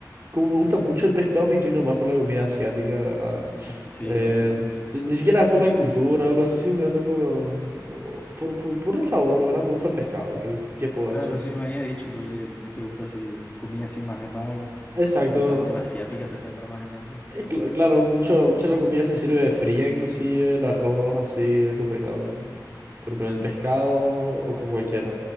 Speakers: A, on the right (about 35°); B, on the left (about 20°).
A: como me gusta mucho el pescado, me inclino más por la comida asiática, ¿verdad?
B: Mm, sí,
A: Eh,
B: entiendo.
A: ni, ni siquiera es por la cultura o algo así, simplemente por, um, o- por, por, por el sabor, ¿verdad? Me gusta el pescado, ¿qué, qué puedo
B: Claro,
A: decir?
B: sí me habías dicho luego que, que te gusta así, comida así más de mar,
A: Exacto.
B: y justamente la asiática se centra más en eso.
A: Eh, cl- claro, mucho, mucha de la comida se sirve fría, inclusive el arroz así, compactado con, con, con el pescado o con cualquier